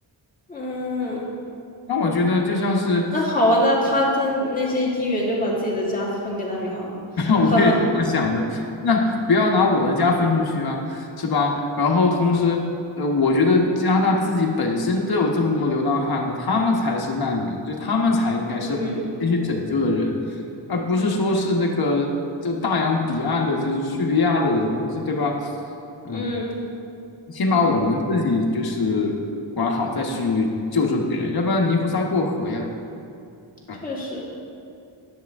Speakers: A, on the left (about 15°); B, on the left (about 50°).
A: 嗯，
B: 那我觉得就像是
A: 那好啊，那他他那些议员就把自己的家分给难民好了，
B: <laughs> 那我也这样想的，
A: 呵呵，
B: 那不要拿我的家分出去啊，是吧？然后同时，呃，我觉得加拿大自己本身都有这么多流浪汉了，他们才是难民，就他们才应该是先去拯救的人，
A: 嗯
B: 而不是说是那个就大洋彼岸的，就是叙利亚的人呢，这对吧？嗯，
A: 嗯，
B: 先把我们自己就是管好，再去救助别人，要不然泥菩萨过河呀。对吧？
A: 确实，